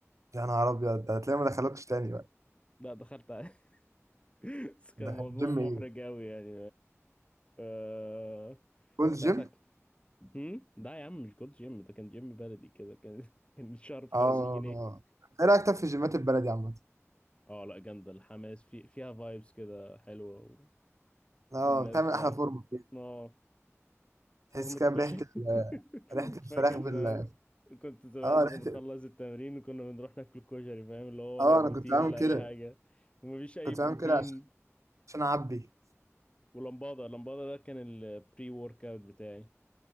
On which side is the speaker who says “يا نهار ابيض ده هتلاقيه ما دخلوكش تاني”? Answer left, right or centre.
Right